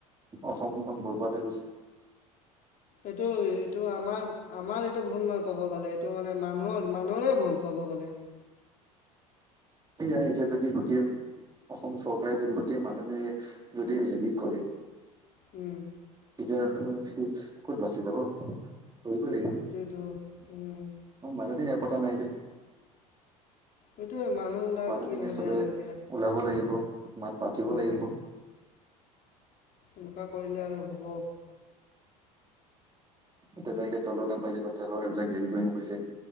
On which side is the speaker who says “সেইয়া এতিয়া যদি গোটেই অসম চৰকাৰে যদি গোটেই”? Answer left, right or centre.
Right